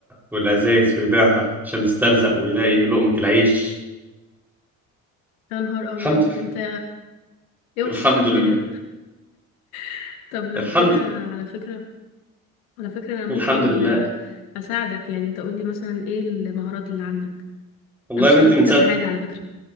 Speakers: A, in the centre; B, on the left (about 75°).
A: والأزايز ويبيعها عشان يسترزق ويلاقي لقمة العيش
B: يا نهار
A: الحمد
B: أبيض
A: لله
B: أنت إيه
A: الحمد
B: وصلك
A: لله
B: هنا؟ <laughs> طب لو
A: الحمد
B: كده
A: لله
B: على فكرة على فكرة أنا ممكن
A: الحمد لله
B: آه، أساعدك يعني أنت قولي مثلا إيه المهارات اللي عندك؟
A: والله
B: أنا اشتغلت
A: يا بنتي من
B: كذا
A: ساعة
B: حاجة على فكرة